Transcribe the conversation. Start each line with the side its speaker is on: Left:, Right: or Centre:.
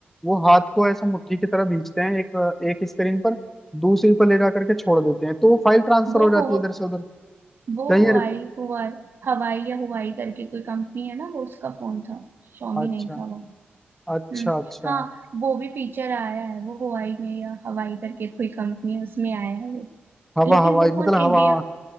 Centre: वो हाथ को ऐसा मुट्ठी की तरह खींचते हैं एक एक स्क्रीन पर दूसरी पर ले जा करके छोड़ देते हैं तो वो फाइल ट्रांसफर
Right: वो
Centre: हो जाती
Right: हो
Centre: है इधर से उधर
Right: वो
Centre: क्या यार
Right: हुआई हुआ हवाई या हुआई करके कोई कंपनी है ना वो उसका फोन था शॉमी
Centre: अच्छा
Right: नहीं था वो
Centre: अच्छा
Right: हम्म
Centre: अच्छा
Right: हाँ वो भी फीचर आया है वो हुआई में या हवाई करके कोई कंपनी है उसमें आया है वो
Centre: हवा
Right: लेकिन
Centre: हवाई
Right: वो फोन
Centre: मतलब
Right: इंडिया
Centre: हवा